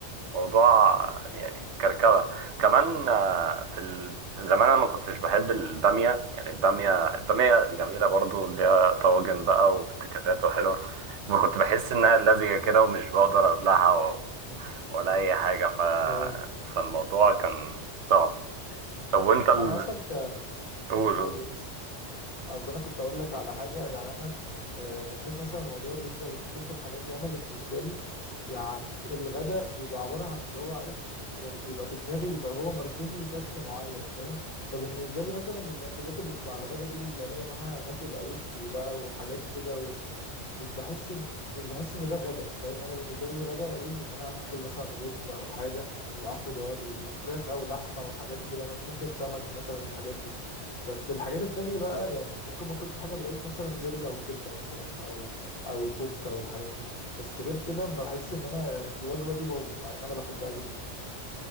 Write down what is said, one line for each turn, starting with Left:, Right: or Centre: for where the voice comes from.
Right: موضوع يعني كركبه كمان آه، في ال- في زمان انا ما كنتش بحب الباميه يعني الباميه الباميه جميله برضو ليها طواجن
Left: اه
Right: بقى وافتكاسات وحلوه وكنت بحس انها لزجه كده ومش بقدر ابلعها و- ولا اي حاجه ف
Left: اه
Right: فالموضوع كان صعب طب وانت ال...
Left: انا اصلا ك
Right: قول
Left: مش
Right: قول
Left: قولوا اصل انا كنت اقول لك على حاجه يعني انا آه، من حيث مثلا موضوع الرنجه والفسيخ والحاجات دي انا بالنسبه لي يعني الغداء بيبقى عباره عن اللي هو عارف آه، بيبقى في دماغي بيبقى هو مرسوم له شكل معين فاهم فبالنسبه لي مثلا الاكلات اللي بتبقى على الغداء دي اللي الاقي معاها ناكل عيش وبقى وحاجات كده و... مش بحس ان مش بحس ان ده غدا فاهم انا بالنسبه لي الغدا ايه ان انا هاكل مثلا رز او حاجه ومعاه خضار وفراخ او لحمه وحاجات كده ممكن سمك مثلا والحاجات دي بس الحاجات التانية بقى يعني ممكن ما اكلش حاجة بالعيش مثلا غير لو كبدة مثلا او او كفتة والحاجات دي بس غير كده بحس ان انا الوجبة دي باظت مع ان انا بحبها جدا